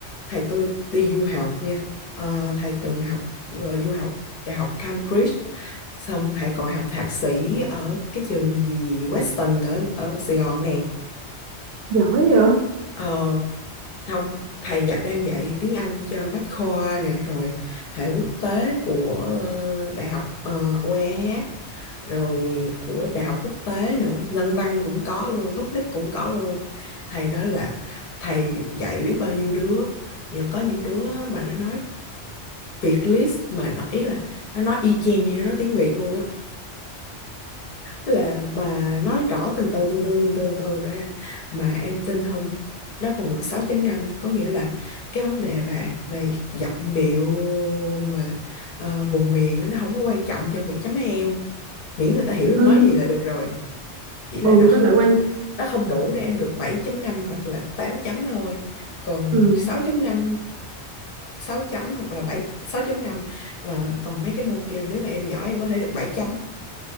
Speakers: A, on the left; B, on the right.
A: thầy tôi đi du học nha Ờ, thầy từng học ờ, du học đại học Cambridge xong thầy còn học thạc sĩ ở cái trường gì Western ở ở Sài Gòn nè
B: giỏi vậy
A: Ờ không, thầy dạ đang dạy tiếng Anh cho Bách Khoa nè, rồi hệ quốc tế của ờ, Đại học ờ, UEH, rồi của Đại học quốc tế nữa, nhân văn cũng có luôn, public cũng có luôn. Thầy nói là thầy dạy biết bao nhiêu đứa, nhưng có những đứa mà nó nói Việt list mà nó ý là nó nói y chang như nó nói tiếng Việt luôn á là mà nói rõ từng từ từng từ từng từ, từng từ ra mà em tin không nó còn được sáu chấm năm có nghĩa là cái vấn đề về về giọng điệu mà ờ, vùng miền á, nó không có quan trọng trong việc chấm eo miễn người ta hiểu em
B: Ừ.
A: nói gì là được rồi chỉ là
B: ừ
A: nó
B: với
A: không
B: lại quan
A: nó không đủ để em được bảy chấm năm hoặc là 8 chấm thôi còn
B: ừ
A: sáu chấm năm sáu chấm hoặc là 7 6.5 ờ, còn mấy cái môn kia mà nếu mà em giỏi em có thể được 7 chấm